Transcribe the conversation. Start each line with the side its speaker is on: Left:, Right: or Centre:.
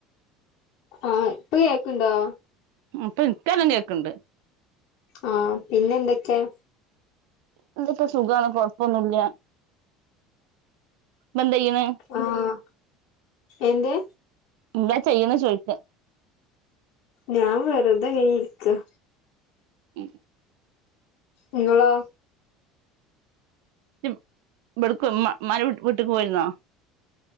Left: ആഹ് ഇപ്പൊ കേക്കണ്ടോ?
Right: അപ്പൊ ഇൻല്ലാം കേൾക്കണ്ട്
Left: ആഹ് പിന്നെ എന്തൊക്കെയാ,
Right: എന്തപ്പോ സുഖണ് കൊഴപ്പൊന്നുല്ല ങ്ങളെന്താ ചെയ്യണേ
Left: ആഹ് എന്തെ
Right: എന്താ ചെയ്യണെ ചോദിക്ക
Left: ഞാൻ വെറുതെ ഇരിക്ക
Right: ഉം
Left: നിങ്ങളോ?
Right: യിപ് വെളുക്ക മ്മ മരവെട്ട് വിട്ട്ക്ക് പോയിരുന്നോ